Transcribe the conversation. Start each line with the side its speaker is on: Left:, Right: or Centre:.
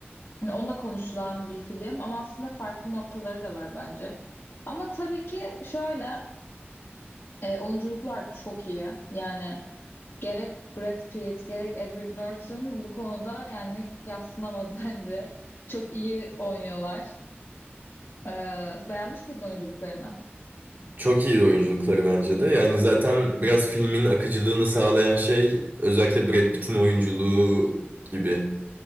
Left: Hani onunla konuşulan bir film ama aslında farklı noktaları da var bence. Ama tabii ki şöyle e, oyunculuklar çok iyi. Yani gerek Brad Pitt gerek Edward Norton bu konuda yani yadsınamaz <laughs> bence. Çok iyi oynuyorlar. Ee, beğenmiş miydin oyunculuklarını?
Right: Çok iyi oyunculukları bence de. Yani zaten biraz filmin akıcılığını sağlayan şey özellikle Brad Pitt'in oyunculuğu gibi.